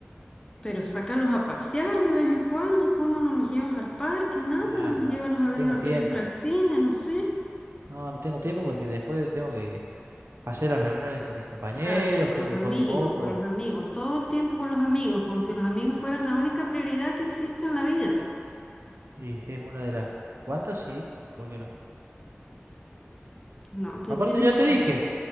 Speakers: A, on the left (about 20°); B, on the right (about 70°).
A: Pero sácalos a pasear de vez en cuando, ¿cómo no los llevas al parque? Nada,
B: Ah, no,
A: llévalos a
B: no
A: ver
B: tengo
A: una
B: tiempo.
A: película al cine, no sé.
B: No, no tengo tiempo porque después tengo que Hacer las reuniones con mis compañeros,
A: Claro, con
B: tengo
A: los amigos,
B: que jugar un poco.
A: con los amigos, todo el tiempo con los amigos, como si los amigos fueran la única prioridad que existe en la vida.
B: Y es una de las cuantas, sí, ¿por qué no?
A: No, tú
B: Aparte,
A: tienes
B: ya
A: que,
B: te dije,